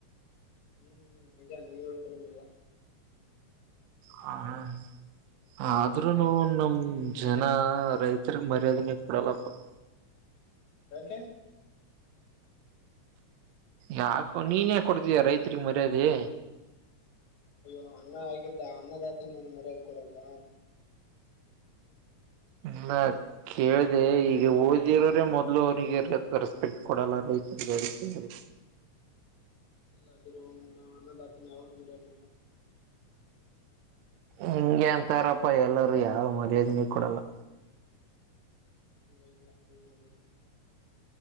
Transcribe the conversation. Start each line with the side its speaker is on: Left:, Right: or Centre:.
Left: ಹ್ಮನಿಜ ನೀವ ಹೇಳ್ತರ ನಿಜ
Right: ಹಾ ಹ ಆದ್ರೂನು ನಮ್ ಜನ ರೈತರ್ಗ್ ಮರ್ಯಾದನೆ ಕೊಡಲ್ಲಪ್ಪ <inaudible>
Left: ಓಕೆ
Right: ಯಾಕೋ ನೀನೇ ಕೊಡ್ತೀಯ ರೈತರಿಗ್ ಮರ್ಯಾದಿ
Left: ಅಯ್ಯೋ ಅನ್ನ ಹಾಕಿದ್ದ ಅನ್ನದಾತನ ಮರ್ಯದ್ ಕೊಡಲ್ವಾ
Right: ಹ್ಮಲ್ಲಾ ಕೇಳ್ದ ಈಗ ಓದಿರೋರೆ ಮೊದ್ಲು ಅವ್ರಿಗೆ ರೆಸ್ಪೆಕ್ಟ್ ಕೊಡಲ್ಲ ರೈತ <inaudible>
Left: ಇಲ್ಲ ಗುರು ಅನ್ನದತನ ಯಾವತ್ ಮರಲ್ಲ
Right: ಹಿಂಗಗೆ ಅಂತಾರಪ್ಪ ಎಲ್ಲರುೂ ಯಾವ ಮರ್ಯಾದೆ ನೀ ಕೊಡಲ್ಲ
Left: ನಾವು ಇಲ್ಲ ಹಂಗೆ ಇಲ್ಲ ಗುರು